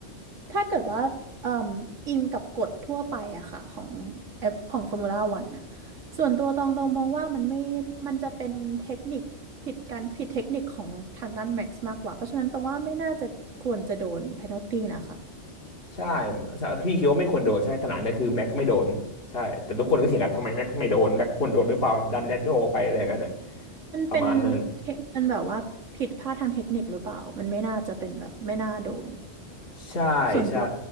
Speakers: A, on the right; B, on the left.
A: ถ้าเกิดว่าเอ่มอิงกับกฎทั่วไปอะค่ะของเอฟของฟอร์มูล่าวันอะส่วนตัวตองตองมองว่ามันไม่มันจะเป็นเทคนิคผิดกันผิดเทคนิคของทางด้านแม็กซ์มากกว่าเพราะฉะนั้นตองว่าไม่น่าจะควรจะโดน p พ n น l t ตีนะคะ
B: ใช่พี่คิดว่าไม่ควรโดนใช่สนามเนี่ยคือแม็กซ์ไม่โดนใช่แต่ทุกคนก็เถียงกันทำไมแม็กซ์ไม่โดนแม็กซ์ควรโดนหรือเปล่าดันแลนโดออกไปอะไรกันเนี่ย
A: มันเป็น
B: ประมาณนั้น
A: เทคมันแบบว่าผิดพลาดทางเทคนิคหรือเปล่ามันไม่น่าจะเป็นแบบไม่น่าโดน
B: ใช่ใช่
A: ส่วนตัว